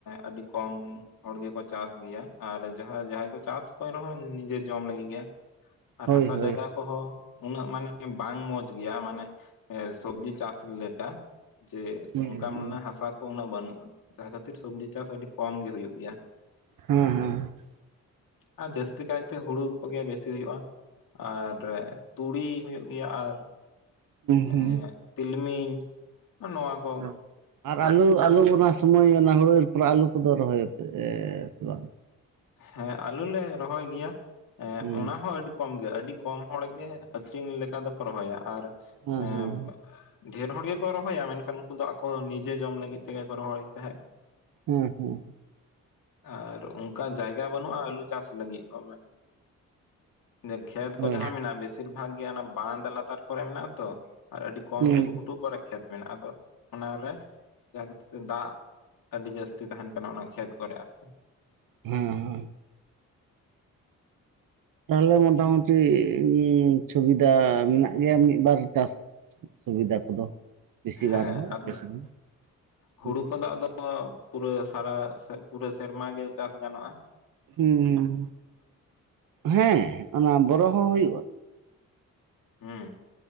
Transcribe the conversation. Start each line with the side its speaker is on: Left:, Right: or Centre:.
Left: ᱟᱹᱰᱤ ᱠᱚᱢ ᱦᱚᱲᱜᱮᱠᱚ ᱪᱟᱥ ᱜᱮᱭᱟ ᱟᱨ ᱡᱟᱦᱟᱭ ᱡᱟᱦᱟᱭ ᱠᱚ ᱪᱟᱥ ᱠᱚ ᱨᱮᱦᱚᱸ ᱱᱤᱡᱮ ᱡᱚᱢ ᱞᱟᱹᱜᱤᱫ ᱜᱮ, ᱟᱨ
Right: ᱦᱳᱭ
Left: ᱦᱟᱥᱟ
Right: ᱦᱳᱭ
Left: ᱡᱟᱭᱜᱟ ᱠᱚᱦᱚ ᱩᱱᱟᱹᱜ ᱢᱟᱱᱮ ᱵᱟᱝ ᱢᱚᱸᱡᱽ ᱜᱮᱭᱟ ᱢᱟᱱᱮ ᱥᱚᱵᱽᱡᱤ ᱪᱟᱥ ᱞᱮᱠᱟ ᱡᱮ
Right: ᱦᱩᱸ
Left: ᱚᱱᱠᱟ
Right: ᱦᱩᱸ
Left: ᱢᱟᱱᱮ ᱦᱟᱥᱟ ᱩᱱᱟᱹᱜ ᱵᱟᱹᱱᱩᱜ ᱡᱟᱦᱟᱸ ᱠᱷᱟᱹᱛᱤᱨ ᱥᱚᱵᱽᱡᱤ ᱪᱟᱥ ᱟᱹᱰᱤ ᱠᱚᱢ ᱜᱮ ᱦᱩᱭᱩᱜ ᱜᱮᱭᱟ
Right: ᱦᱮᱸ
Left: ᱦᱮᱸᱥᱮ᱾
Right: ᱦᱮᱸ
Left: ᱟᱨ ᱡᱟᱹᱥᱛᱤ ᱠᱟᱭᱛᱮ ᱦᱩᱲᱩ ᱠᱚᱜᱮ ᱵᱮᱥᱤ ᱦᱩᱭᱩᱜᱼᱟ ᱟᱨ ᱛᱩᱲᱤ ᱦᱩᱭᱩᱜ ᱜᱮᱭᱟ ᱟᱨ
Right: ᱦᱩᱸ
Left: ᱮᱸᱜ ᱛᱤᱞᱢᱤᱧ ᱱᱚᱣᱟ ᱠᱚ
Right: ᱦᱩᱸ ᱟᱨ ᱟᱞᱩ ᱟᱞᱩ ᱚᱱᱟ ᱥᱚᱢᱚᱭ ᱚᱱᱟ ᱦᱩᱲᱩ ᱯᱚᱨᱮ ᱟᱹᱞᱩ ᱠᱚᱫᱚ ᱨᱚᱦᱚᱭ <unintelligible> ᱵᱟᱝ?
Left: ᱦᱮᱸ ᱟᱞᱩ ᱞᱮ ᱨᱚᱦᱚᱭ ᱜᱮᱭᱟ ᱮᱸᱫ
Right: ᱦᱩᱸ
Left: ᱚᱱᱟ ᱦᱚᱸ ᱟᱹᱰᱤ ᱠᱚᱢ ᱜᱮᱭᱟ ᱟᱹᱰᱤ ᱠᱚᱢ ᱦᱚᱲ ᱜᱮ ᱟᱹᱠᱷᱨᱤᱸᱧ ᱞᱮᱠᱟ ᱫᱚᱠᱚ ᱨᱚᱦᱚᱭᱟ, ᱟᱨ
Right: ᱦᱮᱸ
Left: ᱮᱸᱜ
Right: ᱦᱮᱸ
Left: ᱰᱷᱮᱨ ᱦᱚᱲ ᱜᱮᱠᱚ ᱨᱚᱦᱚᱭᱟ ᱢᱮᱱᱠᱷᱟᱱ ᱩᱱᱠᱩ ᱫᱚ ᱟᱠᱚ ᱱᱤᱡᱮ ᱡᱚᱢ ᱞᱟᱹᱜᱤᱫ ᱛᱮᱜᱮ ᱠᱚ ᱨᱚᱦᱚᱭ ᱛᱟᱦᱮᱸᱫ᱾
Right: ᱦᱩᱸ ᱦᱩᱸ᱾
Left: ᱟᱨ ᱚᱱᱠᱟ ᱡᱟᱭᱜᱟ ᱵᱟᱹᱱᱩᱜ-ᱟ ᱟᱹᱞᱩ ᱪᱟᱥ ᱞᱟᱹᱜᱤᱫ ᱦᱚᱸ ‌ᱢᱟ ᱮ ᱠᱷᱮᱛ ᱠᱚ
Right: ᱦᱳᱭ
Left: ᱡᱟᱦᱟᱸ ᱢᱮᱱᱟᱜ-ᱟ ᱵᱮᱥᱤᱨ ᱵᱷᱟᱜᱽ ᱜᱮ ᱚᱱᱟ ᱵᱟᱸᱫᱽ ᱞᱟᱛᱟᱨ ᱠᱚᱨᱮ ᱢᱮᱱᱟᱜ-ᱟ ᱛᱚ᱾ ᱟᱨ ᱟᱹᱰᱤ ᱠᱚᱢ
Right: ᱦᱩᱸ ᱦᱮᱸ
Left: ᱜᱮ ᱜᱷᱩᱴᱩ ᱠᱚᱨᱮ ᱠᱷᱮᱛ ᱢᱮᱱᱟᱜ-ᱟ ᱟᱫᱚ ᱚᱱᱟ ᱨᱮ ᱡᱟᱦᱟᱸ ᱠᱷᱟᱹᱛᱤᱨ ᱛᱮ ᱫᱟᱜ ᱟᱹᱰᱤ ᱡᱟᱹᱥᱛᱤ ᱛᱟᱦᱮᱸᱱ ᱠᱟᱱᱟ ᱚᱱᱟ ᱠᱷᱮᱛ ᱠᱚᱨᱮ ᱟᱨᱠᱤ᱾
Right: ᱦᱩᱸ ᱦᱩᱸ ᱛᱟᱦᱞᱮ ᱢᱳᱴᱟᱢᱩᱴ ᱴᱤ ᱩᱸ ᱥᱩᱵᱤᱫᱟ ᱢᱮᱱᱟᱜ ᱜᱮᱭᱟ ᱢᱤᱫ ᱵᱟᱨ ᱪᱟᱥ ᱥᱩᱵᱤᱫᱟ ᱠᱚᱫᱚ᱾ ᱵᱮᱥᱤ
Left: ᱦᱮᱸ
Right: ᱵᱟᱝ ᱨᱮᱦᱚᱸ ᱟᱯᱮ
Left: ᱟᱢᱫᱚ
Right: ᱥᱮᱫ ᱫᱚ
Left: ᱦᱩᱲᱩ ᱠᱚᱫᱚ ᱟᱫᱚ ᱫᱚ ᱯᱩᱨᱟᱹ ᱥᱟᱨᱟ ᱥᱮ ᱯᱩᱨᱟᱹ ᱥᱮᱨᱢᱟ ᱜᱮ ᱪᱟᱥ ᱜᱟᱱᱚᱜ-ᱟ᱾
Right: ᱦᱩᱸᱻ ᱦᱮᱸ ᱚᱱᱟ ᱵᱚᱨᱚ ᱦᱚᱸ ᱦᱩᱭᱩᱜ-ᱟ᱾
Left: ᱦᱮᱸ